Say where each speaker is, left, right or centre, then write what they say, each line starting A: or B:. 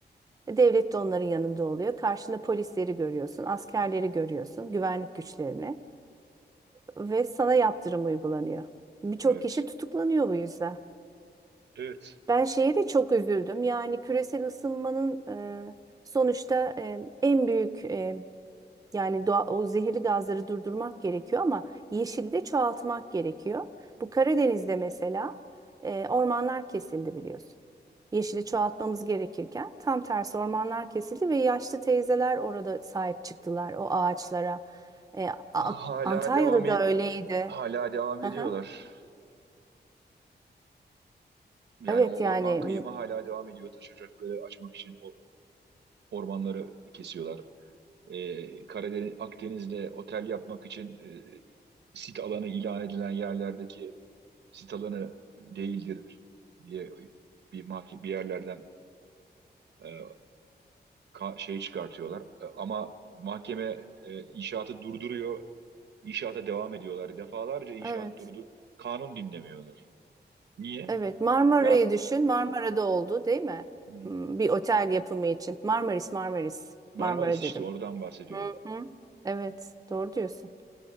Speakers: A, on the right; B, on the right.
A: E, Devlet de onların yanında oluyor. Karşında polisleri görüyorsun, askerleri görüyorsun, güvenlik güçlerini ve sana yaptırım uygulanıyor. Birçok
B: Evet.
A: kişi tutuklanıyor bu yüzden.
B: Evet.
A: Ben şeye de çok üzüldüm. Yani küresel ısınmanın e, sonuçta e, en büyük e, yani doğa, o zehirli gazları durdurmak gerekiyor ama yeşili de çoğaltmak gerekiyor. Bu Karadeniz'de mesela e, ormanlar kesildi biliyorsun. Yeşili çoğaltmamız gerekirken tam tersi ormanlar kesildi ve yaşlı teyzeler orada sahip çıktılar o ağaçlara. E,
B: Ha-
A: A-
B: Hala
A: Antalya'da
B: devam e-
A: da öyleydi.
B: hala devam ediyorlar.
A: Hı hı.
B: Yani
A: Evet
B: o
A: yani
B: orman kıyımı
A: mu-
B: hala devam ediyor. Taş ocakları açmak için o ormanları kesiyorlar. E, Karadeniz, Akdeniz'de otel yapmak için e, sit alanı ilan edilen yerlerdeki sit alanı değildir diye bir mahke bir yerlerden e, ka- şey çıkartıyorlar. E, ama mahkeme e, inşaatı durduruyor. İnşaata devam ediyorlar. Defalarca inşaat
A: evet.
B: durdu. Kanun dinlemiyorlar. Niye?
A: Evet, Marmara'yı
B: Ya
A: düşün. Marmara'da oldu, değil mi?
B: hı,
A: Hmm, Bir otel yapımı için. Marmaris, Marmaris.
B: Marmaris
A: Marmara
B: işte
A: dedim.
B: oradan bahsediyorum.
A: Hı hı. Evet, doğru diyorsun.